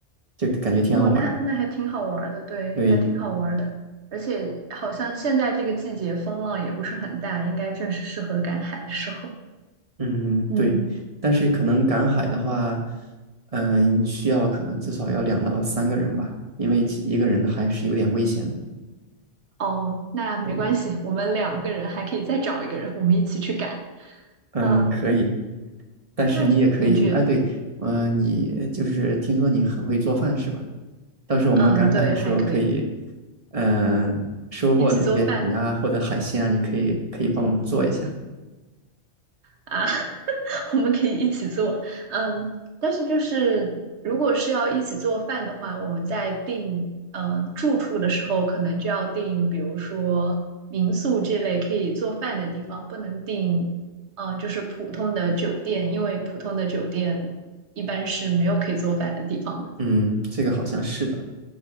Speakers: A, on the right; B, on the right.
A: 就感觉挺好玩儿的。
B: 哦，那那还挺好玩儿的，对，
A: 对，
B: 还挺好玩儿的。而且好像现在这个季节风浪也不是很大，应该正是适合赶海的时候。
A: 嗯，
B: 嗯。
A: 对，但是可能赶海的话，嗯、需要可能至少要两到三个人吧，因为一个人还是有点危险的。
B: 哦，那没关系，
A: 对，
B: 我们两个人还可以再找一个人，我们一起去赶。
A: 嗯，
B: 嗯，
A: 可以。但是你也可以，
B: 那你觉
A: 哎，对，呃，你就是听说你很会做饭是吧？到时候我们赶海的时候可以，
B: 嗯，对，还可以
A: 嗯、收获那些鱼啊或者海鲜啊，
B: 一起做饭
A: 你可以可以帮我们做一下。
B: 啊，<laughs> 我们可以一起做。嗯，但是就是如果是要一起做饭的话，我们在订呃住处的时候，可能就要订，比如说民宿这类可以做饭的地方，不能订嗯就是普通的酒店，因为普通的酒店一般是没有可以做饭的地方的。
A: 嗯，这个好像是的。